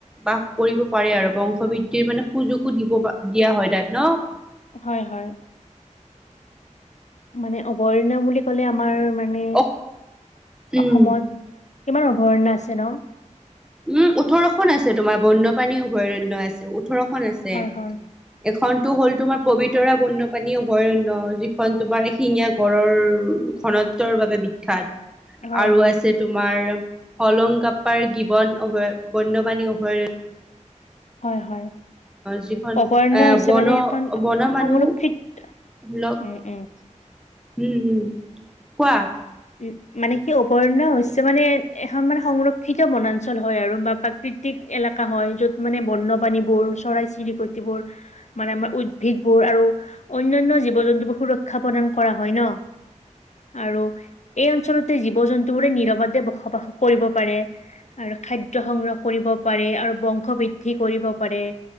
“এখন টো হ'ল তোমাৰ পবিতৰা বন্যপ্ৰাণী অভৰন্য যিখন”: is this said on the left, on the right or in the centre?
Centre